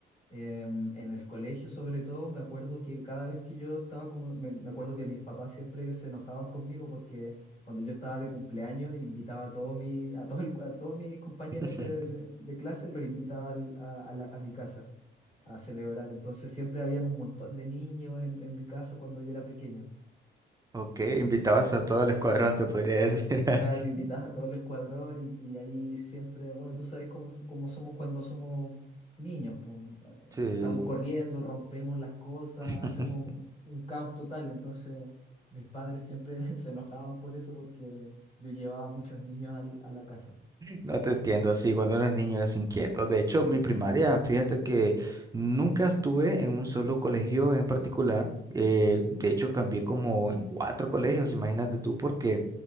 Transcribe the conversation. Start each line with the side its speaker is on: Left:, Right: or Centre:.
Left: Em, en el colegio, sobre todo, me acuerdo que cada vez que yo estaba como, me, me acuerdo que mis papás siempre que se enojaban conmigo porque cuando yo estaba de cumpleaños invitaba a todos mi a todo el- a todos mis compañeros
Right: <laughs>
Left: de, de- de clase, los invitaba al- a, a la- a mi casa a celebrar. Entonces siempre habían un montón de niños en, en mi casa cuando yo era pequeño.
Right: ok, invitabas a todo el escuadrón, se podría decir. <laughs>
Left: Claro, invitas a todo el escuadrón y, y ahí siempre, bueno, tú sabes cómo, cómo somos cuando somos niños, po. Eh,
Right: Sí,
Left: Estamos corriendo, rompemos las cosas,
Right: <laughs>
Left: hacemos un caos total. Entonces, mis padres siempre <laughs> se enojaban por eso porque yo llevaba muchos niños al- a la casa.
Right: no te entiendo, sí, cuando eres niño es inquieto. De hecho, mi primaria, fíjate que nunca estuve en un solo colegio en particular. Eh,
Left: Ujú.
Right: de hecho, cambié como en cuatro colegios, imagínate tú, porque